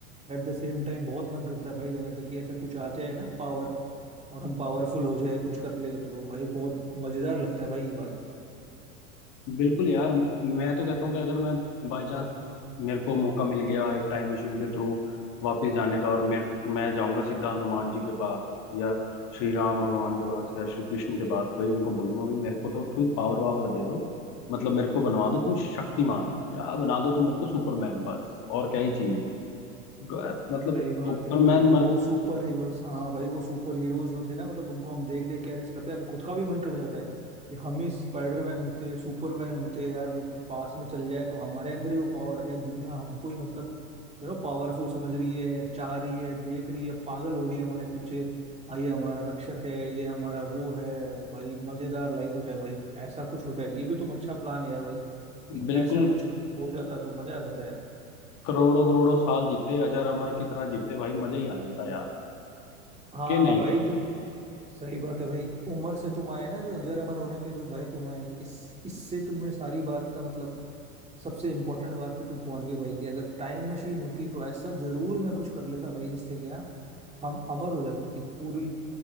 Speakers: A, on the right (about 15°); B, on the left (about 45°).
A: एट द सेम टाइम बहुत मन करता है भाई जाने का कि ऐसा कुछ आ जाए ना पावर और हम पावरफुल हो जाए कुछ कर ले तो भाई बहुत मजेदार लगता है भाई ये बात
B: बिल्कुल यार मैं तो कहता हूँ कि अगर मैं बाई चांस मेरे को मौका मिल गया एक टाइम मशीन के थ्रू वापस जाने का और मेरे मैं जाऊंगा सीधा हनुमान जी के पास या श्री राम भगवान के पास या श्री कृष्ण के पास भाई उनको बोलूंगा भाई मेरे को तो कोई पावर वावर दे दो मतलब मेरे को बनवा दो तुम शक्तिमान या बना दो तुम मेरे को सुपरमैन बस और क्या ही चाहिए ग- मतलब
A: सही बात
B: सुपरमैन
A: है भाई
B: मर
A: वो सुपर हीरोज हाँ भाई वो सुपर हीरोज जो थे ना मतलब उनको हम देख देख के ऐसे करते हैं अभी खुद का भी मन कर जाता है कि हम ही स्पाइडरमैन होते सुपरमैन होते यार वो पास में चल जाए तो हमारे अंदर ही वो पावर आ जाए दुनिया हमको ही मतलब यू नो पावरफुल समझ रही है चाह रही है देख रही है पागल हो रही है हमारे पीछे हाँ ये हमारा रक्षक है ये हमारा वो है भाई मजेदार लाइफ हो जाए भाई ऐसा कुछ हो जाए ये भी तुम अच्छा प्लान है यार भाई कि
B: बिल्कुल
A: ऐसा कुछ हो जाता तो मजा आ जाता यार
B: करोड़ों करोड़ों साल जीते अजर अमर की तरह जीते भाई मजा ही आ जाता यार
A: हाँ
B: के नहीं
A: भाई तुम सही बात है भाई उम्र से तुम आए ना जो अजर अमर होने पे जो भाई तुम आए इस इससे तुमने सारी बात का मतलब सबसे इम्पोर्टेंट बात पे तुम पहुंच गए भाई कि अगर टाइम मशीन होती तो ऐसा जरूर मैं कुछ कर लेता भाई जिससे कि ना हम अमर हो जाते कि पूरी